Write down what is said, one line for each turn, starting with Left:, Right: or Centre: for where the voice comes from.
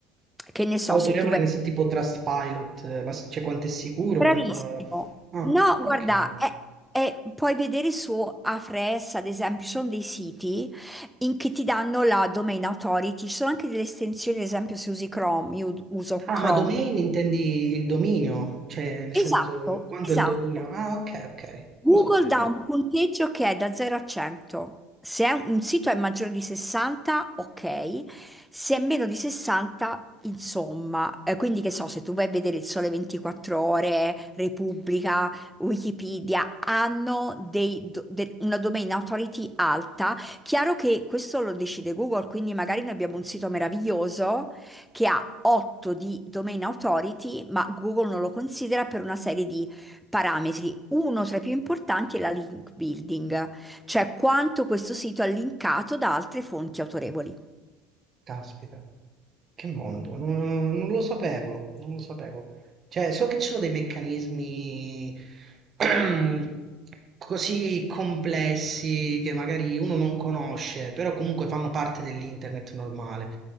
Centre: Che ne so,
Right: Autorevole
Centre: se tu vai...
Right: nel senso tipo Trustpilot, eh, la- cioè quanto è sicuro,
Centre: Bravissimo.
Right: quanto... Ah,
Centre: No,
Right: ok.
Centre: guarda, è- è- puoi vedere su Ahrefs, ad esempio, ci sono dei siti in che ti danno la domain authority, ci sono anche delle estensioni, ad esempio se usi Chrome, io uso
Right: Ah,
Centre: Chrome.
Right: ma domain intendi il dominio, cioè nel
Centre: Esatto,
Right: senso quanto
Centre: esatto.
Right: è il dominio? Ah, ok, ok.
Centre: Google
Right: Non lo sapevo.
Centre: dà un punteggio che è da 0 a 100. Se è un un sito è maggiore di 60, ok. Se è meno di 60, insomma. Eh, quindi che so, se tu vai a vedere il Sole 24 Ore, Repubblica, Wikipedia, hanno dei do- de- una domain authority alta. Chiaro che questo lo decide Google, quindi magari noi abbiamo un sito meraviglioso che ha 8 di domain authority, ma Google non lo considera per una serie di parametri. Uno tra i più importanti è la link building, cioè quanto questo sito è linkato da altre fonti autorevoli.
Right: Caspita. Che mondo? Non, non lo sapevo, non lo sapevo. Cioè, so che ci sono dei meccanismi <clears throat> così complessi che magari uno non conosce, però comunque fanno parte dell'internet normale.